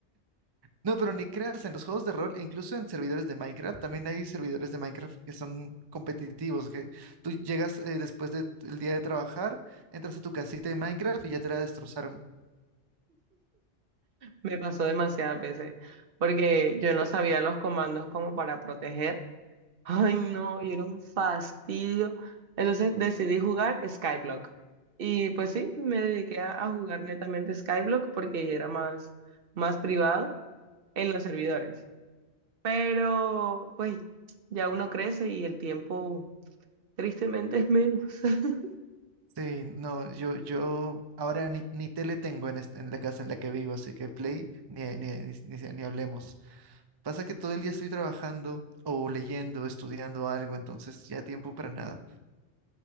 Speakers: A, on the right; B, on the right.
A: No, pero ni creas, en los juegos de rol, e incluso en servidores de Minecraft, también hay servidores de Minecraft que son competitivos, que tú llegas eh, después del día de trabajar, entras a tu casita de Minecraft y ya te la destrozaron.
B: Me pasó demasiadas veces, porque yo no sabía los comandos como para proteger. Ay, no, y era un fastidio. Entonces decidí jugar Skyblock. Y pues sí, me dediqué a, a jugar netamente Skyblock porque era más, más privado en los servidores. Pero pues ya uno crece y el tiempo tristemente es menos. <laughs>
A: Sí, no, yo, yo ahora ni, ni tele tengo en, est- en la casa en la que vivo, así que Play, ni, ni, ni, ni- ni hablemos. Pasa que todo el día estoy trabajando o leyendo, estudiando algo, entonces ya tiempo para nada.